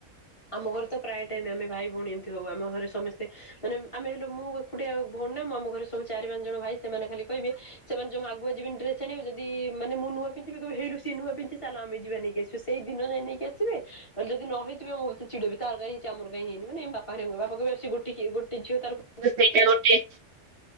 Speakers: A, on the left; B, on the right.
A: ଆମ ଘରେ ତ ପ୍ରାୟ ଟାଇମ୍ ଆମେ ଭାଇ ଭଉଣୀ ଏମିତି ହଉ। ଆମ ଘରେ ସମସ୍ତେ ମାନେ ଆମେ ହେଲୁ ମୁଁ ଏକୁଟିଆ ଭଉଣୀ ନା। ମୁଁ ଆମ ଘରେ ସବୁ ଚାରି ପାଞ୍ଚ ଜଣ ଭାଇ ସେମାନେ ଖାଲି କହିବେ ସେମାନେ ଜମା ଆଗୁଆ ଯିବେନି ଡ୍ରେସ୍ ଆଣିବାକୁ, ଯଦି ମାନେ ମୁଁ ନୂଆ ପିନ୍ଧିବି କହିବେ ହେଇଲୋ ସିଏ ନୂଆ ପିନ୍ଧିଚି ଚାଲ ଆମେ ଯିବା ନେଇକି ଆସିବା। ଛୁ, ସେଇ ଦିନ ଯାଇ ନେଇକି ଆସିବେ, ମାନେ ଯଦି ନହେଇ ଥିବେ ମୋତେ ଚିଡିବି ତାର କାଇଁ ହେଇଛି ଆମର କାଇଁ ହେଇନି। ମାନେ ଏମତି ବାପା ହେରିକାଙ୍କୁ କହିବେ। ବାପା କହିବେ ଆ, ସିଏ ଗୋଟିକିଏ ଗୋଟେ ଝିଅ ତାର <inaudible>
B: ତ ସେଇଟା ଗୋଟିଏ